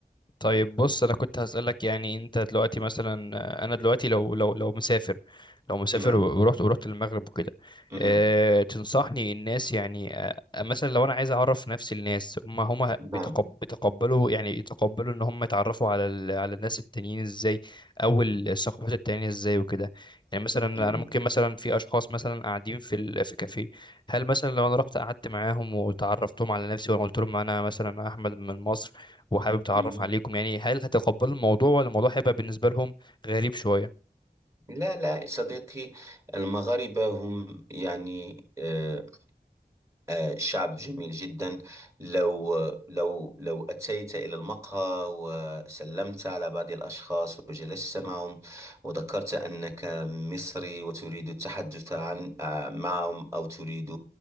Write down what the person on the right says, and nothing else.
نعم
مم.
نعم
مم.
مم.
لا لا صديقي المغاربة هم يعني آه، آه، شعب جميل جدا لو لو لو أتيت إلى المقهى وسلمت على بعض الأشخاص وجلست معهم وذكرت أنك مصري وتريد التحدث عن آه، معهم أو تريد